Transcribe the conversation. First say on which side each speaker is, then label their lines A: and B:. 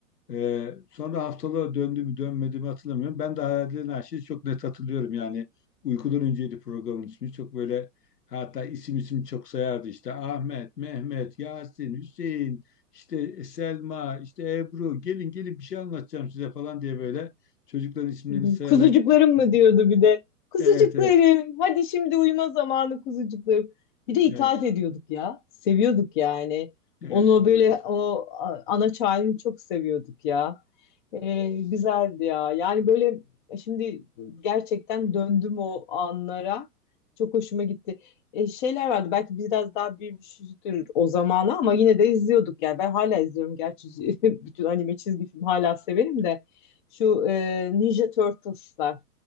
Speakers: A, on the left (about 80°); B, on the left (about 35°).
A: Ee, sonra haftalığa döndü mü dönmedi mi hatırlamıyorum. Ben de Hayallerin Arşivi çok net hatırlıyorum. Yani uykudan önceydi programın ismi. Çok böyle hatta isim isim çok sayardı işte Ahmet, Mehmet, Yasin, Hüseyin, işte Selma, işte Ebru gelin gelin bir şey anlatacağım size falan diye böyle çocukların isimlerini
B: <laughs>
A: sayarak
B: Kuzucuklarım
A: yapar.
B: mı diyordu bir de. Kuzucuklarım,
A: Evet evet
B: hadi şimdi uyuma zamanı kuzucuklarım. Bir de itaat
A: evet
B: ediyorduk ya. Seviyorduk yani.
A: evet
B: Onu
A: doğrudur.
B: böyle o a- ana çağını çok seviyorduk ya. Ee, güzeldi ya. Yani böyle şimdi gerçekten döndüm o anlara. Çok hoşuma gitti. Ee, şeyler vardı belki biraz daha büyümüşüzdür o zamana ama yine de izliyorduk yani. Ben hala izliyorum gerçi <laughs> bütün anime çizgi film hala severim de. Şu e, Ninja Turtles'lar.